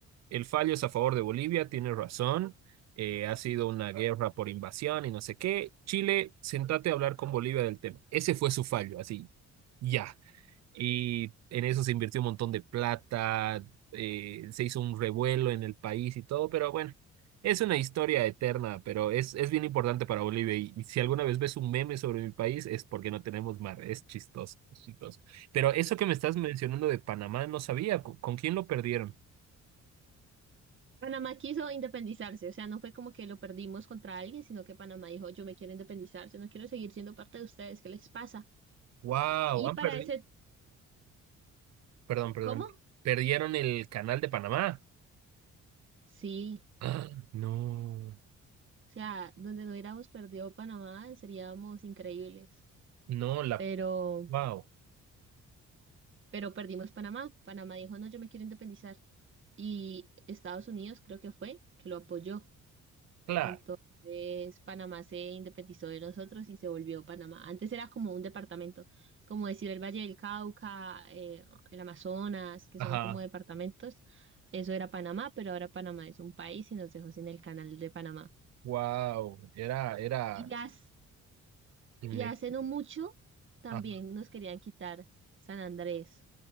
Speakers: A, on the right (about 60°); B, on the right (about 40°).
A: el fallo es a favor de Bolivia, tiene razón, eh, ha sido una guerra por invasión y no sé qué, Chile, sentate a hablar con Bolivia del tema. Ese fue su fallo, así, ya. Y en eso se invirtió un montón de plata, eh, se hizo un revuelo en el país y todo, pero bueno, es una historia eterna, pero es, es bien importante para Bolivia. Y, y si alguna vez ves un meme sobre mi país, es porque no tenemos mar, es chistoso, es chistoso. Pero eso que me estás mencionando de Panamá, no sabía, ¿con, con quién lo perdieron?
B: Panamá quiso independizarse, o sea, no fue como que lo perdimos contra alguien, sino que Panamá dijo, yo me quiero independizar, yo no quiero seguir siendo parte de ustedes, ¿qué les pasa?
A: Wow,
B: Y
A: han
B: para
A: perdido,
B: ese,
A: perdón, perdón,
B: ¿cómo?
A: perdieron el canal de Panamá. <gasps>
B: Sí.
A: Ah, no,
B: O sea, donde no hubiéramos perdido Panamá, seríamos increíbles.
A: no, la,
B: Pero,
A: wow,
B: pero perdimos Panamá. Panamá dijo, no, yo me quiero independizar. Y Estados Unidos creo que fue que lo apoyó.
A: claro,
B: Entonces, Panamá se independizó de nosotros y se volvió Panamá. Antes era como un departamento, como decir el Valle del Cauca, eh, el Amazonas, que
A: ajá,
B: son como departamentos. Eso era Panamá, pero ahora Panamá es un país y nos dejó sin el canal de Panamá.
A: wow, era, era.
B: Y ya
A: Me-
B: Y hace no mucho también
A: ah,
B: nos querían quitar San Andrés.